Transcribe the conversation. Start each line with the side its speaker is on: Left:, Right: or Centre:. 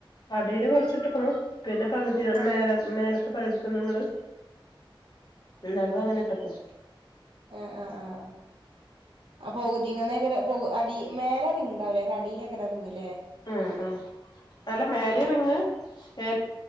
Left: അടിയില് കുറച്ചിട്ടുള്ളു പിന്നെ പകുതി
Right: ആഹ്
Left: മേലെ മേലെ പകുതിക്ക് ഒന്നങ്ങട് നടു അങ്ങനെട്ടൊക്കെ
Right: ആ ആ ആ അപ്- പകുതി ഇങ്ങനെക്കെ അടി മേലെ റിങ്ണ്ടാവേല്ലാ അടിയിലേക്കെ ഇറങ്ങല്ലേ
Left: ഉം ഉം അല്ല മേലെയാ റിങ്ങ് ഏ